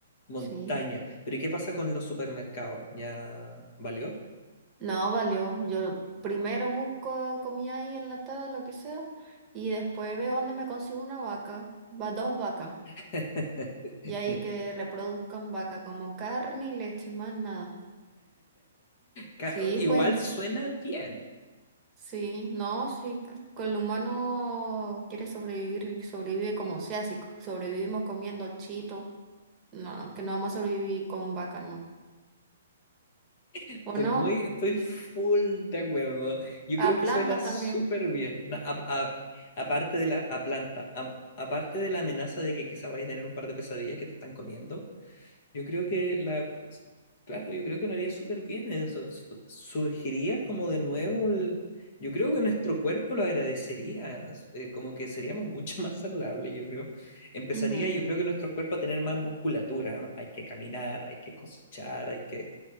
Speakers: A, on the left (about 45°); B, on the right (about 20°).
A: montaña.
B: sí.
A: Pero ¿y qué pasa con los supermercados? ¿Ya valió?
B: No, valió. Yo primero busco comida ahí enlatada, lo que sea, y después veo dónde me consigo una vaca, va dos vacas,
A: <laughs>
B: y ahí que reproduzcan vaca como carne y leche, más nada.
A: Ca-
B: Sí,
A: Igual
B: pues.
A: suena bien,
B: Sí, no, sí, c- que el humano quiere sobrevivir y sobrevive como sea, si c- sobrevivimos comiendo chito, no, que no vamos a sobrevivir con vaca nomás.
A: Estoy
B: ¿O no?
A: muy, estoy full de acuerdo. Yo creo
B: A
A: que
B: plantas
A: suena súper
B: también.
A: bien. Na- a- a- aparte de la a planta, a- aparte de la amenaza de que quizá vaya a tener un par de pesadillas que te están comiendo, yo creo que la, es- claro, yo creo que no haría súper bien eso. Su- Surgiría como de nuevo el, yo creo que nuestro cuerpo lo agradecería, eh, como que seríamos mucho <laughs> más saludables, yo creo.
B: <laughs>
A: Empezaría,
B: ujú.
A: yo creo que nuestro cuerpo a tener más musculatura. ¿no? Hay que caminar, hay que cosechar, hay que